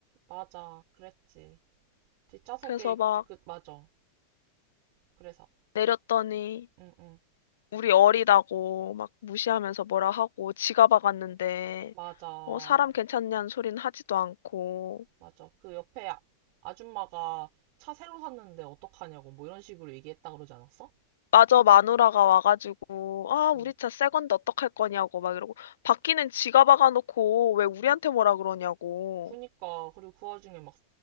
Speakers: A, on the right; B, on the left.
A: 맞아 그랬지 뒷좌석에
B: 그래서 막
A: 그 맞아 그래서
B: 내렸더니
A: 응응
B: 우리 어리다고 막 무시하면서 뭐라 하고 지가 박았는데
A: 맞아
B: 어, 사람 괜찮냐는 소리는 하지도 않고
A: 맞아 그 옆에 아- 아줌마가 차 새로 샀는데 어떡하냐고 뭐 이런 식으로 얘기했다 그러지 않았어?
B: 마저 마누라가 와가지고 아, 우리
A: 응
B: 차 새 건데 어떡할 거냐고 막 이러고 바퀴는 지가 박아놓고 왜 우리한테 뭐라 그러냐고.
A: 그니까 그리고 그 와중에 막